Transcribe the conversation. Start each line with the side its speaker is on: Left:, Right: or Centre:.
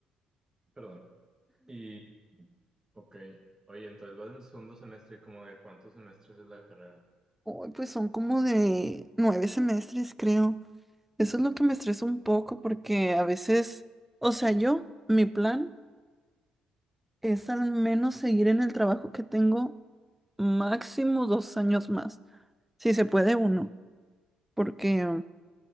Right: perdón. Y, ok, oye, entonces vas en segundo semestre, ¿cómo de cuántos semestres es la carrera?
Centre: Hoy pues son como de nueve semestres, creo. Eso es lo que me estresa un poco porque a veces, o sea, yo, mi plan es al menos seguir en el trabajo que tengo máximo dos años más, si se puede uno, porque